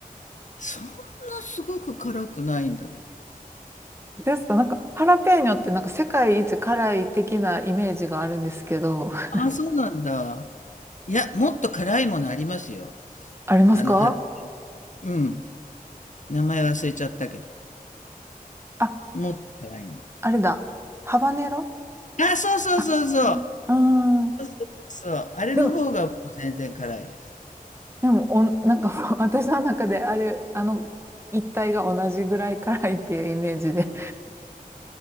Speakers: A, on the left; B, on the right.
A: そんなすごく辛くないんだけど。
B: う。ですかなんか、ハラペーニョってなんか世界一辛い的なイメージがあるんですけど、
A: あ、
B: <laughs>
A: そうなんだ。いや、もっと辛いものありますよ。
B: ありますか
A: あの、ハロウィンうん。名前忘れちゃったけど。
B: あ、
A: もっと辛いの。
B: あれだ。ハバネロ
A: あ、そうそうそうそう。
B: あ、ハバネロ。うーん。
A: そうそうそうあれの方がもう全然辛いです。
B: でも、でも、おん、なんかもう <laughs> 私の中であれ、あの一体が同じぐらい辛いっていうイメージで。